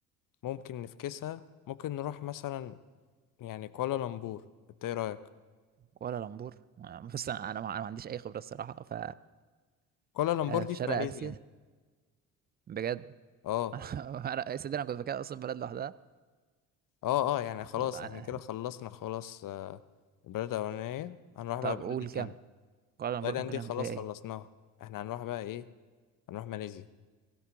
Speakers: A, on the left (about 45°); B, on the right (about 25°).
A: ممكن نفكسها ممكن نروح مثلا يعني كوالالمبور إنت إيه رأيك؟
B: كوالا لامبور آه، بص انا انا ما أنا ما عنديش اي خبرة الصراحة ف
A: كوالالمبور
B: آه،
A: دي
B: في
A: في
B: شرق
A: ماليزيا
B: اسيا بجد
A: اه
B: <laughs> انا أنا- يا سيدي انا كنت فاكرها اصلا بلد لوحدها
A: اه اه يعني خلاص
B: طب أنا...
A: احنا كده خلصنا خلاص آه، البلد الأولانية هنروح بقى
B: طب
A: البلد
B: قول
A: التانية
B: كام؟ كوالا لامبور
A: تايلاند
B: ممكن
A: دي
B: نعمل
A: خلاص
B: فيها ايه؟
A: خلصناها احنا هنروح بقى ايه هنروح ماليزيا